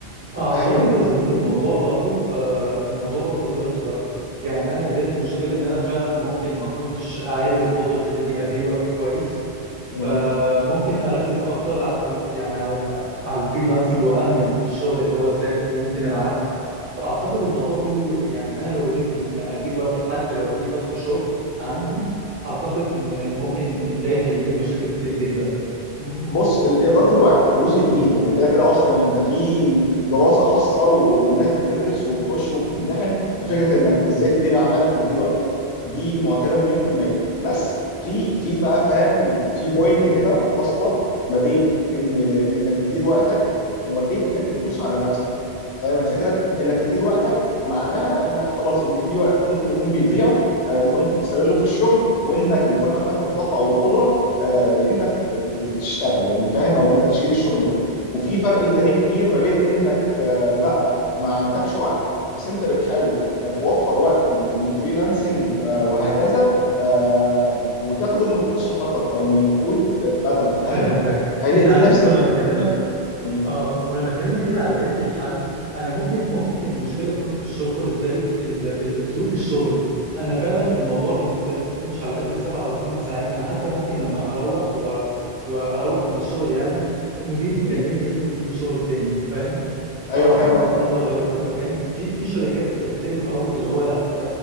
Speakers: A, on the right; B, on the left.
A: اعتقد
B: فاهم ال...
A: يا صديقي الموضوع
B: م-
A: برضو آه، الموضوع برضو اداره وقت يعني انا بدايه المشكله ان انا فعلا ممكن ما كنتش عارف الفتره اللي فاتت دي ادير وقتي كويس
B: م.
A: فممكن اركز اكتر على ال- يعني على ال- على الفريلانسنج واهمل الشغل اللي هو الثابت وممكن العكس فاعتقد الموضوع كله يعني انا لو قدرت ان ادير وقتي حتى لو في ضغط شغل عندي اعتقد ان ممكن ده يحل لي مشاكل كتير جدا
B: بص ال- إدارة الوقت جزء كبير يعني كده كده أصلا يعني ده في دراسة خاصة و- وناس بتدرس وبتخش وبتمتحن في فكرة إنك إزاي تدير أعمالك وتدير وقتك دي مؤكدة مليون في المية بس في في بقى فاهم في بوينت كده فاصلة ما بين إن إنك تدير وقتك وما بين إنك تدوس على نفسك فاهم الفكرة إنك تدير وقتك معناها إنك خلاص إن في وقت ممكن يكون بيضيع آه، أنت ممكن تستغله في الشغل وإنك يكون عندك الطاقة أو القدرة آه، لأنك ت- ت- تشتغل يعني فاهم او انك تشيل الشغل ده وفي فرق تاني كبير ما بين انك آه، بقى ما عندكش وقت بس انت بتحاول آه، توفر وقت لل- للفريلانسنج آه، وهكذا آه، وتاخده من قوت صحتك او من قوت بدنك فاهم
A: فهمتك
B: هي
A: انت
B: دي
A: عارف
B: نفس ال...
A: وانا بكلمك
B: م- م-
A: اه اه وانا بكلمك جه على بالي حل انا ممكن ممكن المشكله تكون في الشغل الثابت ال- ال- ظروف الشغل انا فعلا
B: م-
A: الموضوع بالنسبه لي مش على قد السبع او الثمان ساعات انا حتى ممكن لما اروح و... واروح من الشغل يعني مديري يكلمني
B: م-
A: يطلب مني شغل تاني فاهم؟
B: م. ايوه
A: فاعتقد
B: فاهم قصدك
A: انا لو غيرت المكان في في شركات بتحترم قوي اللي هو لا انت